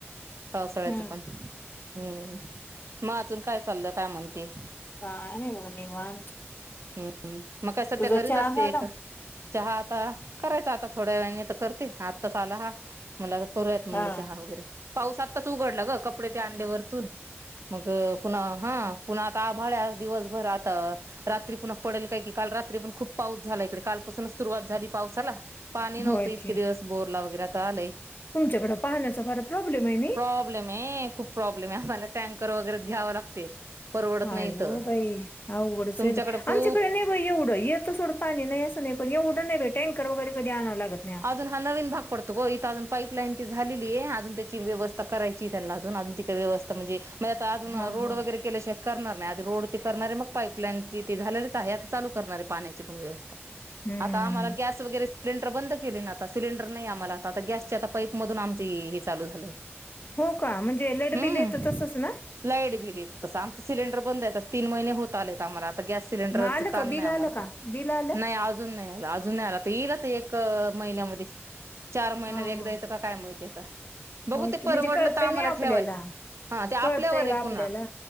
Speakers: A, on the right; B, on the left.
A: पावसाळ्याच
B: हम्म
A: पण. हम्म. मग अजून काय चाललं? काय म्हणते?
B: काय नाही म निवांत.
A: हम्. मग काय सध्या
B: तुझा
A: घरीच
B: चहा
A: असते?
B: झाला
A: एक- चहा आता करायचा आता थोड्या वेळाने. आता करते आत्ताच आला हा. मला आता करूयात म्हणलं
B: हा.
A: चहा वगैरे पाऊस आत्ताच उघडला ग कपडे त्या आणले वरतून मग पुन्हा हा पुन्हा आता आभाळ दिवसभर आता रात्री पुन्हा पडेल काय की काल रात्री पण खूप पाऊस झाला इकडे कालपासून सुरुवात झाली पावसाला पाणी नव्हतं
B: होय
A: इतके
B: की
A: दिवस बोरला वगैरे तर आलंय.
B: तुमच्याकडं पाण्याचा फार प्रॉब्लेम आहे नाही.
A: प्रॉब्लेम आहे खूप प्रॉब्लेम आहे आपल्याला टँकर वगैरेच घ्यावं लागते. परवडत
B: काय
A: नाही इथं
B: हो बाई अवघडच
A: तुमच्याकडे
B: आहे बाई
A: खूप
B: आमच्याकडे नाही बाई एवढं येत सोडं पाणी नाही असं नाही पण एवढं नाहीे टँकर वगैरे कधी आणावं लागतं.
A: अजून हा नवीन भाग पडतो. ग इथं अजून पाईपलाईन ती झालेली आहे अजून त्याची व्यवस्था करायची त्यांना अजून अजून ती व्यवस्था म्हणजे मग आता अजून
B: हा
A: रोड
B: हा
A: वगैरे केल्याशाय करणार नाही आधी रोड ते करणार आहे मग पाईपलाईन त ते झालेलेच आहे आता चालू करणार आहे पाण्याची पण व्यवस्था
B: हम्म
A: आता आम्हाला गॅस वगैरे सिलेंडर बंद केले ना आता सिलेंडर नाही आम्हाला आता गॅसच्या आता पाईपमधून आमचं हे चालू झालंय.
B: हो का म्हणजे लाईटबिल
A: हम्म
B: येतं तसंच ना
A: लाईट बिल येत तसं आमचे सिलेंडर बंद आहे आहेत तस तीन महिने होत आलेत आम्हाला आता गॅस सिलेंडर
B: मग आलं
A: ताण
B: का बिल
A: नाही
B: आलं
A: आम्हाला
B: का
A: काही
B: बिल आलं
A: नाही अजून नाही आ अजून नाही आला तर येईल तर एक महिन्यामध्ये चार महिन्या
B: हा
A: एकदा
B: हा.
A: येता का काय माहितीय आता बघू
B: ओके
A: ते परवडलं
B: म्हणजे कळतंय
A: तर आम्हाला
B: नाही आपल्याला
A: ठेवायचं. हा ते आपल्यावर
B: कळतंय
A: आहे
B: का आपल्याला
A: पुन्हा